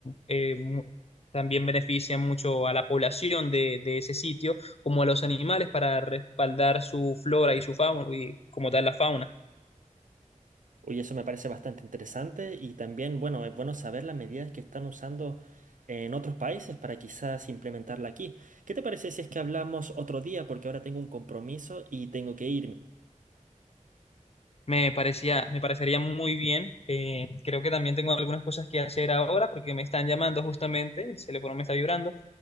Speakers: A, on the left; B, on the right.
A: eh, mu- también benefician mucho a la población de, de ese sitio, como a los animales para respaldar su flora y su fauna, y como tal la fauna.
B: Oye, eso me parece bastante interesante y también, bueno, es bueno saber las medidas que están usando en otros países para quizás implementarla aquí. ¿Qué te parece si es que hablamos otro día? Porque ahora tengo un compromiso y tengo que irme.
A: Me parecía, me parecería muy bien. Eh, creo que también tengo algunas cosas que hacer ahora porque me están llamando justamente, el teléfono me está vibrando.